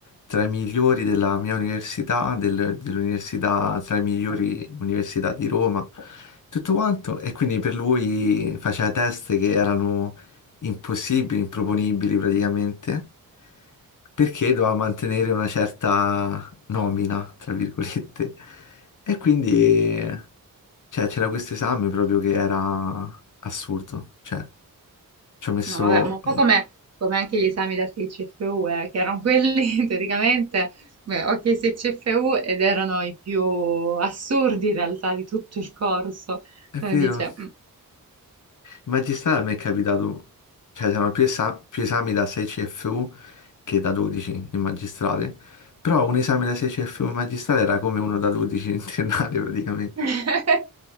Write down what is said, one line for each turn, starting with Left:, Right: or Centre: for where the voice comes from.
Left: tra i migliori della mia università, del- dell'università, tra le migliori università di Roma, tutto quanto. E quindi per lui faceva test che erano impossibili, improponibili praticamente, perché doveva mantenere una certa nomina, tra virgolette. E quindi, eh, cioè, c'era questo esame proprio che era assurdo. Cioè, ci ho messo...
Right: No, vabbè, ma un po' come, come anche gli esami da 6 CFU, eh, che erano quelli <laughs> teoricamente, beh, ok, 6 CFU ed erano i più assurdi in realtà di tutto il corso.
Left: È
Right: Uno
Left: vero.
Right: dice,
Left: In magistrale mi è capitato... Cioè, c'erano più, esa- più esami da 6 CFU che da 12 in magistrale. Però un esame da 6 CFU in magistrale era come uno da 12 in triennale, praticamente.
Right: <laughs>